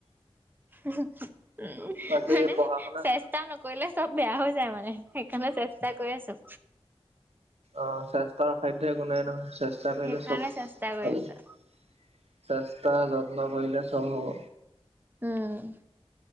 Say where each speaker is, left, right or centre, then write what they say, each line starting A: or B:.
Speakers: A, on the right; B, on the right.
A: উমহো। <unintelligible> উম,
B: বাকী
A: মানে
B: পঢ়া শুনা?
A: চেষ্টা নকৰিলে। চব বেয়া হৈ যায় মানে, সেইকাৰণে চেষ্টা কৰি আছো।
B: অহ, চেষ্টা তাৰ অসাধ্য একো নাই নহয়। চেষ্টা পেইলে
A: সেইকাৰণে
B: চব ভাল
A: চেষ্টা কৰি আছো
B: চেষ্টা। তাৰ যত্ন কৰিলে চব হ'ব।
A: উম!